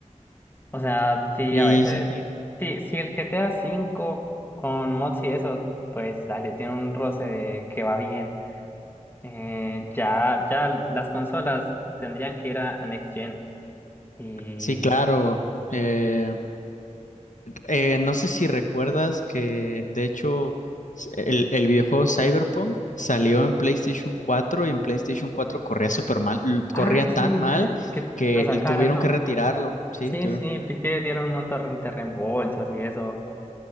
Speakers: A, on the left (about 15°); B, on the left (about 75°).
A: O sea, sí,
B: Sí,
A: a veces,
B: sí, sí.
A: sí, si el GTA cinco con mods y eso, pues dale, tiene un roce de que va bien. Eh, ya, ya las consolas tendrían que ir a, a Next Gen. Y...
B: Sí, claro. Eh, eh, no sé si recuerdas que, de hecho, s- el, el videojuego Cyberpunk salió en PlayStation 4 y en PlayStation 4 corría súper mal, l-
A: Ah,
B: corría tan
A: sí,
B: mal
A: que
B: que
A: lo sacaron,
B: l- tuvieron
A: ¿no?
B: que retirarlo. Sí,
A: Sí,
B: tuvieron.
A: sí, vi que dieron un montón de reembolsos y eso.